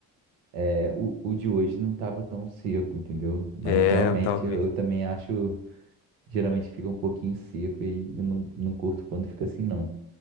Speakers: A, on the right; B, on the left.
A: É, o, o de hoje não estava tão seco, entendeu? Mas
B: É,
A: realmente
B: eu talvez
A: eu, eu também acho, geralmente fica um pouquinho seco e eu não, não curto quando fica assim, não.